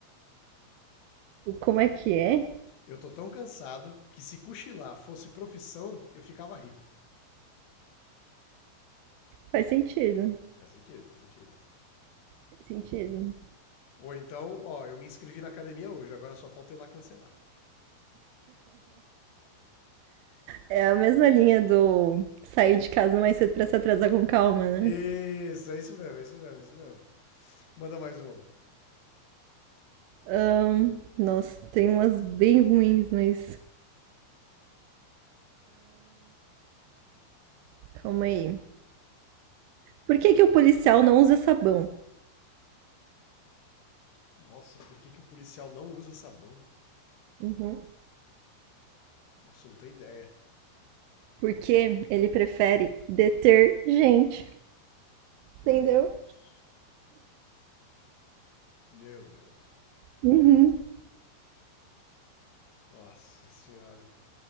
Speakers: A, on the right (about 80°); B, on the left (about 60°).
A: Como é que é?
B: Eu tô tão cansado que se cochilar fosse profissão, eu ficava rico.
A: Faz sentido.
B: Faz sentido, faz sentido.
A: Faz sentido.
B: Ou então, ó, eu me inscrevi na academia hoje, agora só falta eu ir lá cancelar.
A: É a mesma linha do sair de casa mais cedo pra se atrasar com calma, né?
B: Isso, é isso mesmo, é isso mesmo, é isso mesmo. Manda mais uma.
A: Ahn, nossa, tem umas bem ruins, mas calma aí. Por que que o policial não usa sabão?
B: Nossa, por que, que o policial não usa sabão?
A: Uhum.
B: Nossa, eu não tenho ideia.
A: Porque ele prefere detergente, entendeu?
B: Meu Deus. Meu Deus.
A: Uhum.
B: Nossa senhora.